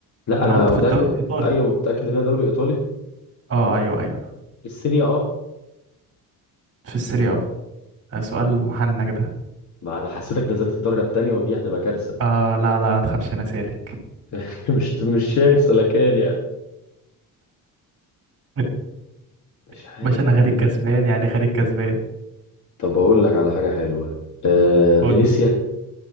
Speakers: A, on the left; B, on the right.
A: لا انا
B: أنا قلت
A: متأكد
B: في الدوري الإيطالي
A: ايوه متأكد ان هو دوري ايطالي
B: اه أيوه أيوه
A: السيريا اه
B: في السيريا اه ده سؤال
A: مم،
B: محنك ده
A: ما انا حسيتك نزلت الدرجة التانية ودي هتبقى كارثة
B: اه لا لا ما تخافش أنا سالك
A: <laughs> مش مش شايف سلكان يعني
B: <laughs>
A: مش عارف
B: باشا أنا
A: اقول
B: خارج كسبان
A: لك
B: يعني خارج كسبان
A: طب اقول لك على حاجه حلوه آه
B: قول
A: فينيسيا